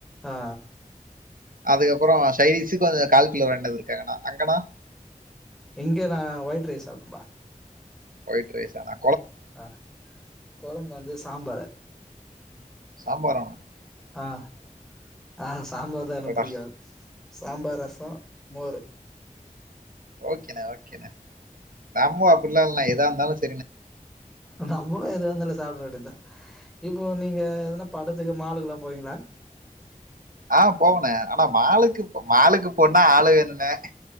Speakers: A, in the centre; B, on the right.
A: ஆ
B: அதுக்கப்புறம் சைடீஸுக் கொஞ்சம் கால் கிலோ வாங்கிட்டு வந்துருக்கங்கான அங்கண்ணா
A: இங்க நான் ஒயிட் ரைஸ் சாப்பிட்டேபா
B: ஒயிட்ரைசானா
A: அஹ் குழம்பு வந்து சாம்பரு
B: சாம்பார்ரான
A: ஆஹ் ஆஹ் சாம்பார் தான்
B: அடடா
A: எனக்கு பிடிக்காது சாம்பார் ரசம் மோரு
B: ஓகேண்ணா ஓகேண்ணா நம்ம அப்படிலாம் இல்லனா ஏதா இருந்தாலும் ச
A: நம்மளு ஏதோ ஒண்ணுல சாப்ட்றவேண்டியதுதா இப்போ நீங்க எதுனா படத்துக்கு மாலுக்கல்லா போவீங்களா
B: ஆஹ் போவண்ணே ஆனா மாலுக்கு மாலுக்கு போன் ஆ ஆளு வேணுன்னே